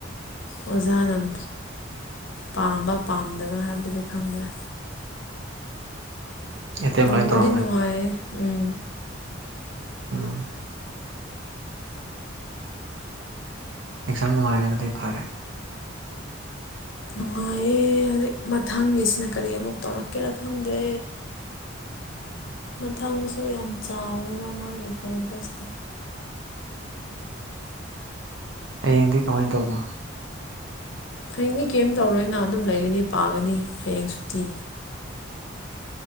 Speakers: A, on the left; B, on the right.
A: ꯑꯣꯖꯥ ꯅꯝ ꯄꯥꯝꯕ ꯄꯥꯝꯗꯕ ꯍꯥꯏꯕꯗꯤ ꯈꯪꯗ꯭ꯔꯦ
B: ꯑꯦꯇꯦꯝ
A: ꯅꯣꯡꯕꯨꯗꯤ
B: ꯂꯣꯏ ꯇꯧꯔꯝꯃꯦ
A: ꯅꯨꯡꯉꯥꯏꯌꯦ ꯎꯝ
B: ꯎꯝ ꯃꯤꯛꯁꯥꯔ ꯅꯨꯡꯉꯥꯏꯔꯒꯗꯤ ꯐꯔꯦ
A: ꯅꯨꯡꯉꯥꯢꯌꯦ ꯑꯦ ꯍꯧꯖꯤꯛ ꯃꯊꯪꯒꯤꯁꯤꯅ ꯀꯔꯤ ꯑꯃꯨꯛ ꯇꯧꯔꯛꯀꯦꯔꯥ ꯈꯪꯗꯦ ꯃꯊꯪꯁꯨ ꯌꯥꯝ ꯆꯥꯎꯋꯦꯕ ꯃꯥꯒꯤ ꯁꯦꯂꯦꯕꯁꯇꯣ
B: ꯍꯌꯦꯡꯗꯤ ꯀꯃꯥꯏꯅ ꯇꯧꯕ
A: ꯍꯌꯦꯡꯅꯤ ꯀꯩꯝ ꯇꯧꯔꯣꯏꯅ ꯑꯗꯨꯝ ꯂꯩꯒꯅꯤ ꯄꯥꯒꯅꯤ ꯍꯌꯦꯡ ꯁꯨꯇꯤ